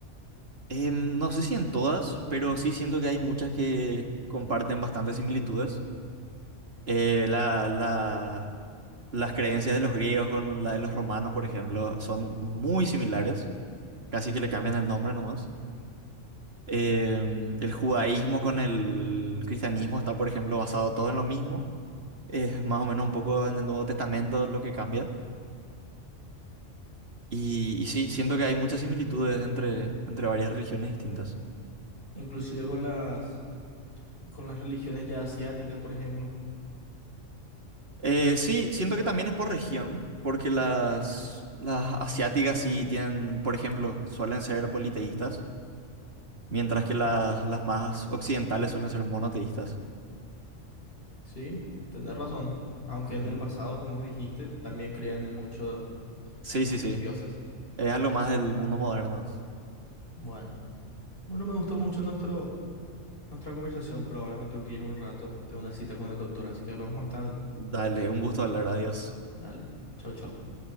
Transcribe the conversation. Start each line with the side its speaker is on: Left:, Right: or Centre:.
Right: Em, no sé si en todas, pero sí siento que hay muchas que comparten bastantes similitudes. eh, la, la- las creencias de los griegos con la de los romanos, por ejemplo, son muy similares, casi que le cambian el nombre nomás. Em, el judaísmo con el cristianismo está, por ejemplo, basado todo en lo mismo. Es más o menos un poco en el Nuevo Testamento lo que cambia. Y, y sí, siento que hay muchas similitudes entre, entre varias religiones distintas.
Left: Inclusive con las, con las religiones ya asiáticas, por ejemplo.
Right: Eh, sí, siento que también es por región, porque las, las asiáticas sí tienen, por ejemplo, suelen ser politeístas. mientras que las, las más occidentales suelen ser monoteístas.
Left: Sí, tenés razón. Aunque
Right: Ujú.
Left: en el pasado, como vos dijiste, también creían en mucho,
Right: Sí,
Left: en
Right: sí,
Left: muchos
Right: sí.
Left: dioses.
Right: Es algo más del mundo moderno.
Left: Bueno. Bueno, me gustó mucho nuestro Nuestra conversación, pero ahora me tengo que ir un rato. Tengo una cita con el doctor, así que hablamos más tarde.
Right: Dale, un gusto hablar, adiós.
Left: Dale. Chao, chao.